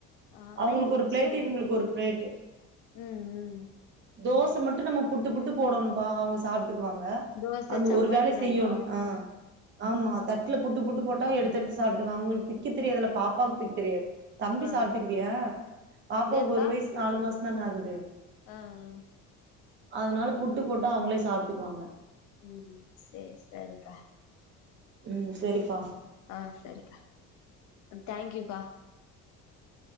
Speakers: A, on the left; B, on the right.
A: ஆ ஆனா
B: அவங்களுக்கு
A: எங்க
B: ஒரு
A: மிஸ்ஸு
B: பிளேட்டு இவங்களுக்கு ஒரு பிளேட் ட்டு
A: ம் ம்
B: தோச மட்டு நம்ம புட்டு புட்டு போடோணுப்பா அவங்க சாப் டுக்குவாங்க
A: தோச
B: அந்த
A: சப்பாத்திலாமா
B: ஒரு வேல செய்யோணு ஆ ஆமா
A: ஆ
B: தட்டுல புட்டு புட்டு போட் டா எடுத்தெடுத்து சாப்ட்டுக்குவாங்க அவங்ளுக்கு பிக்க தெரியதுல்ல பாப்பாக்கு பிக்க தெரியாது தம்பி
A: ஆ
B: சாப்ட்டுகிட்டியா பாப்பாவுக்கு
A: என்னதுக்கா
B: ஒரு வயசு நாலு மாச ன ஆகுது
A: ஆ அ
B: அதனால புட்டு போட்டா அவங்களே சாப்ட்டுக்குவாங்க
A: ம் சேர் சேரிக்கா
B: ம் செரிப்பா
A: அ செரிக்கா தேங்க்யூக்கா